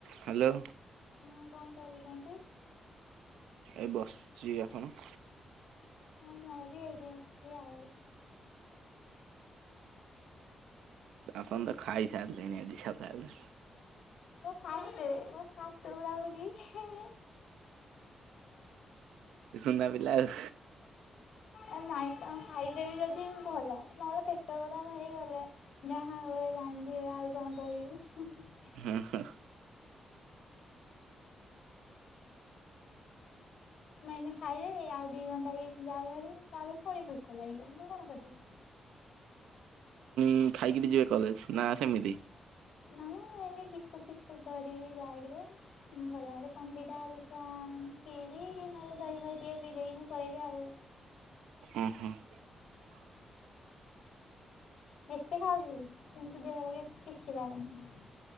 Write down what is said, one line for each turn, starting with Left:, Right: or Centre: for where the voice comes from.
Right: ହାଲୋ।
Left: ହଁ କଣ କରୁଚନ୍ତି?
Right: ଏ ବସଚି। ଆପଣ?
Left: ହଁ ମୁଁ ବି ଏଇଠି ବସଛି ଆଉ।
Right: ଆପଣ ତ ଖାଇ ସାରିଲେଣି ଆଜି ସକାଳଟାରୁ।
Left: ମୁଁ ଫାଷ୍ଟେ ମୁଁ ଫାଷ୍ଟ ପୁରା ପୁରି ହେ ଇଏ
Right: ଏ ସୁୁନା ପିଲା ଆଉ।
Left: ଏ ନାଇଁ କଣ ଖାଇଦେବି ଜଦି ଭଲ, ନହେଲେ ପେଟ ଗରମ ହେଇଗଲେ ଯାହା ହୁଏ ଜାଣିଥିବ ଆଉ କଣ କହିବି।
Right: ହଁ, ହଁ।
Left: ମୁଁ ଏଇନେ ଖାଇଲେ ବି ଆଉ ଦିଘଣ୍ଟା ହେଇ ଯାଉ ଭାରି ତାପରେ ପଫୁଣି ଭୁକୋ ଲାଗିବ। ମୁଁ କଣ କରିବି।
Right: ଉଁ, ଖାଇକିରି ଯିବେ କଲେଜ୍ ନା ସେମିତି?
Left: ନା ମୁଁ ଏମି ବିସ୍କୁଟ ଫିସ୍କୁଟ ଧରିବି ବ୍ୟାଗ୍ ରେ। ମୁଁ ଗଲାବେଳେ କଣ ଦିଟା ଦେଖିବା ପିଇବି କି ନହେଲେ ଦହି ଫହି ଟିକେ ପିଇ ଦେଇିକିନି ପଳେଇବି ଆଉ।
Right: ଅଁ, ହଁ। <unintelligible>
Left: ଏତେ ଖାଉଛି କିନ୍ତୁ ଦେହରେ କି- କିଛି ଲାଗୁନି।